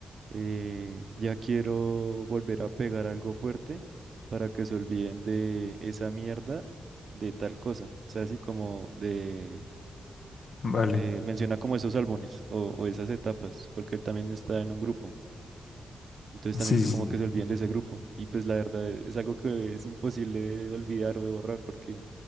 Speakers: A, on the right; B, on the left.
A: eh, ya quiero volver a pegar algo fuerte para que se olviden de esa mierda, de tal cosa. O sea, así como de,
B: vale,
A: de- menciona como esos álbumes o, o esas etapas, porque él también está en un grupo. Entonces también
B: sí,
A: dice
B: sí.
A: como que se olviden de ese grupo. Y pues la verdad es algo que es imposible de olvidar o de borrar porque